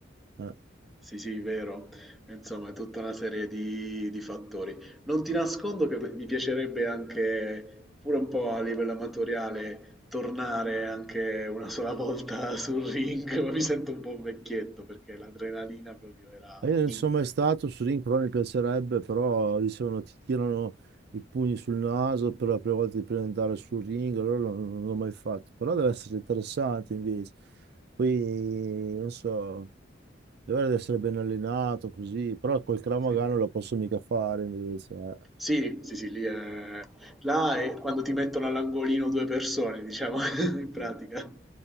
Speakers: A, on the right (about 55°); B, in the centre.
A: eh.
B: Sì, sì, vero. Insomma, è tutta una serie di, di fattori. Non ti nascondo che mi piacerebbe anche, pure un po' a livello amatoriale, tornare anche una sola <laughs> volta sul ring, <laughs> ma mi sento un po' un vecchietto perché l'adrenalina proprio era
A: Ma Io non
B: inc.
A: sono mai stato su Ring, però mi piacerebbe, però dicevano ti tirano i pugni sul naso per la prima volta di presentare sul ring, allora non, non l'ho mai fatto, però deve essere interessante invece. Poi, non so, deve deve essere ben allenato così, però col Krav
B: Sì,
A: Maga non lo posso mica fare invece. eh.
B: sì, sì, sì, sì, lì è... Là è quando ti mettono all'angolino due persone, diciamo, <laughs> in pratica.